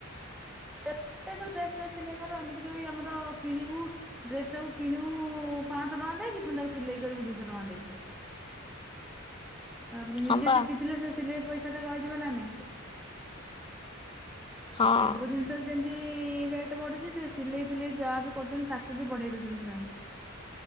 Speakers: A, in the centre; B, on the left (about 25°).
A: ଏତେ ଯୋଉ ଡ୍ରେସ୍ ଫ୍ରେସ ସିଲେଇ କରୁ ଏମିତିରେ ବି ଆମର କିଣିବୁ ଡ୍ରେସ୍ ଟାକୁ କିଣିବୁ ପାଁଶହ ଟଙ୍କା ଦେଇକି। ପୁଣି ତାକୁ ସିଲେଇ କରିବୁ ଦୁଇଶହ ଟଙ୍କା ଦେଇକି। ତାପରେ ନିଜେ
B: ହଁ ପା
A: ଶିଖି ଥିଲେ ସେ ସିଲେଇ ପଇସା ଟା ରହିଯିବ ନା ନାଇ
B: ହଁ।
A: ସବୁ ଜିନିଷ ଯେମିତି ରେଟ୍ ବଢୁଛି ସେ ସିଲେଇ ଫିଲେଇ ଯାହା ବି କରୁଛନ୍ତି ତାକୁ ବି ବଢେଇ ଦଉଛନ୍ତି ସେମାନେ।